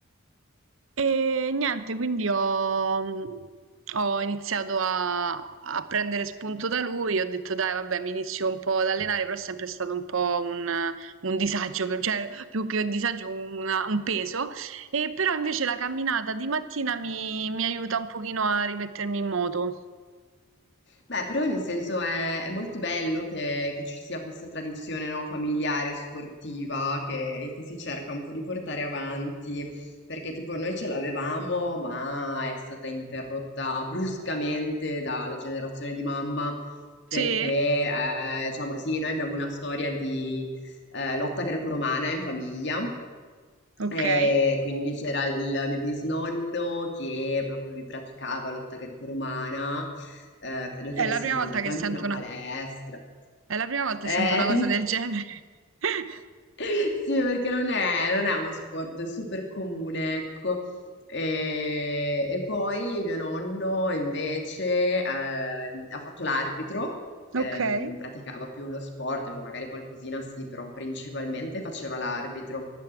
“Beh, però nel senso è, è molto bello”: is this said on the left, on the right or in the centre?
Left